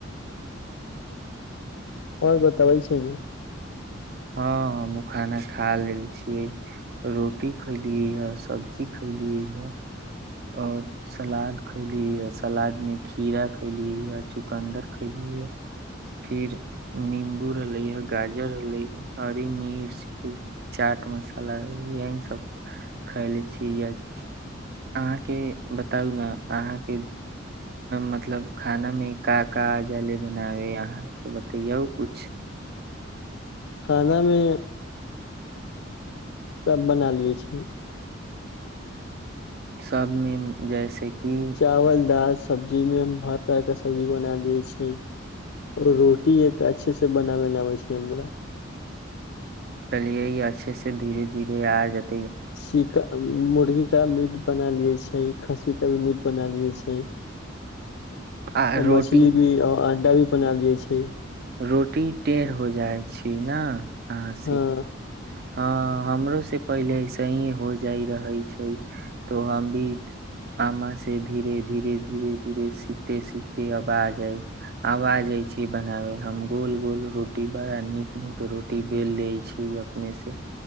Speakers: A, on the left; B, on the right.
A: आओर बतबै छै ने
B: हँ हमहूँ खाना खा लेल छियै रोटी खयलियैए सब्जी खयलियै यए आओर सलाद खयलीैए सलादमे खीरा खयलीै यए चुकन्दर खयलीए फिर निम्बू रहलैए गाजर रहलैए हरी मिर्च फेर चाट मसाला रहलै यहीसभ खयले छी यए अहाँके बताउ ने अहाँके मतलब खाना मे काका जाले बनावे अहाँके बतैयौ कुछु
A: खानामे सभ बना लै छी।
B: सबमे जैसे कि
A: चावल दाल सब्जी सब्जी मे हम हर तरह के सब्जी बना लै छी रोटी एक अच्छे से बनाबै ल आबै छै हमरा
B: चलू, नीक सँ धीरे-धीरे आबि जाएत।
A: चन मुर्गी का मीट बना लिये छै खस्सीे भी मीट बना लियै छै।
B: आ रोटी
A: मछली भी आ अंडा भी बनायल जाइ छै।
B: रोटी टेढ़ हो जाइ छी। ने अहाँसँ
A: हँ
B: हँ हमरो से पहिले ऐसे ही हो जाय रहे छै। तो हम भी आम से धीरे धीरे धीरे धीरे सीखते सीख आवाज आबि रहल अछि, हम गोल-गोल रोटी बनबैत छी, बड़ नीक-नीक रोटी बेलि लैत छी। अपने सँ